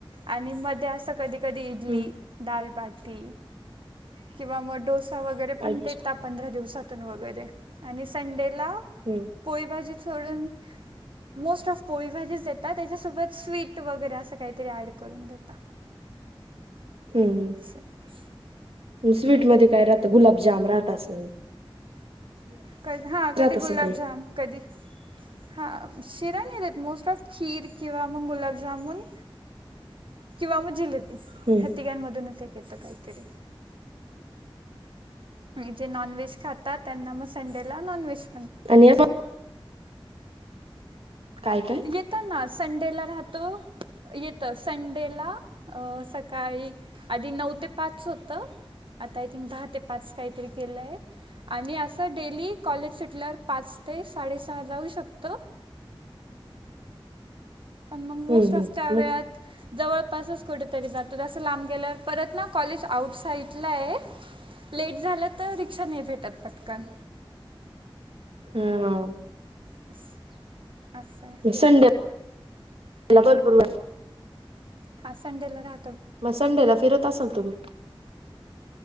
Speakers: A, on the right; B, on the right.
A: आणि मध्ये असं कधी कधी इडली.
B: हम्म
A: दालबाटी किंवा मग डोसा वगैरे पण
B: अच्छा
A: देत. पंधरा दिवसातून वगैरे आणि संडेला.
B: हम्म.
A: पोळीभाजी सोडून मोस्ट ऑफ पोळीभाजी जेतो. त्याच्यासोबत स्वीट वगैरे असं काहीतरी ऍड करून देता.
B: हम् हम.
A: अस.
B: स्वीट मध्ये काय राहतं गुलाबजाम राहत असं.
A: कध हा कधी
B: असेल
A: गुलाबजाम
B: काही
A: कधी हा शिरा नाही देत मोस्ट ऑफ खीर किंवा मग गुलाबजामन किंवा मुझिले त
B: हम्म
A: ह ती घ मधून तेक येत कायतरी जे नॉनव्ज खात त्यांना मग संडेला ननव्ज
B: आणि काय काय
A: येताना. संडेला राहतो येतं संडेला सकाळी आधी नऊ ते पाच होतं आता आय थिंक दहा ते पाच काहीतरी केलंय. आणि असं डेली कॉलेज सुटल्यावर पाच ते साडेसहा जाऊ शकतं. आणि मग मोस्ट
B: हम्म
A: ऑफ त्या
B: हम्म
A: वेळात. जवळपासच कुठेतरी जातो जसं लांब गेलं परत ना कॉलेज आउट साइडला आहे. लेट झालं तर रिक्षा नाही भेटत पटकन
B: हा.
A: <unintelligible> असं आहे
B: विसंडपू
A: हा संडेला राह.
B: मग संडेला फिरत असाल तुम्ही?